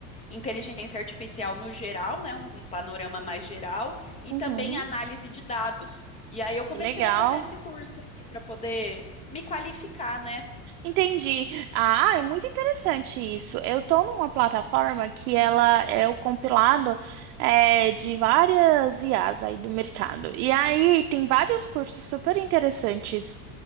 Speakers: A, on the left (about 15°); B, on the right (about 70°).
A: inteligência artificial no geral, né, um, um panorama mais geral, e
B: uhum.
A: também análise de dados. E aí eu comecei
B: Que legal.
A: a fazer esse curso aqui para poder me qualificar, né?
B: Entendi. Ah, é muito interessante isso. Eu tô numa plataforma que ela é o compilado é, de várias I as aí do mercado. E aí tem vários cursos super interessantes